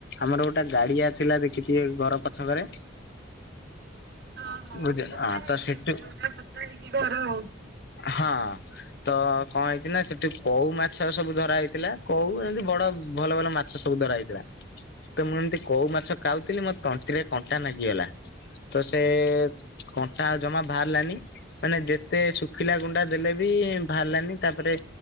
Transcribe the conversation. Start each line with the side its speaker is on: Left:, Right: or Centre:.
Left: ଆମର ଗୋଟେ ଗାଡିଆ ଥିଲା ଦେଖିଥିବେ ଘର ପଛକରେ
Right: ଅହଁ
Left: ବୁଝି
Right: ପୋତା
Left: ହଁ
Right: ହେଇଚି
Left: ତ ସେଠୁ
Right: ଏବେ ଯୋଉଟା ପୋତା ହେଇକି ଘର ହୋଉଚି।
Left: ହଁ। ତ କଣ ହେଇଛି ନା ସେଠି କଉ ମାଛ ସବୁ ଧରା ହେଇଥିଲା କଉ ଏମିତି ବଡ ଭଲ ଭଲ ମାଛ ସବୁ ଧରାହେଇଥିଲା ତ ମୁଁ ଏମିତି କୋଉ ମାଛ ଖାଉଥିଲି ମୋ ତଣ୍ଟିରେ କଣ୍ଟା ମାଗିଗଲା ତ ସେ କଣ୍ଟା ଜମା ବାହାରିଲାନି ମାନେ ଯେତେ ଶୁଖିଲା ଗୁଣ୍ଡା ଦେଲେ ବି ବାହାରିଲାନି ତାପରେ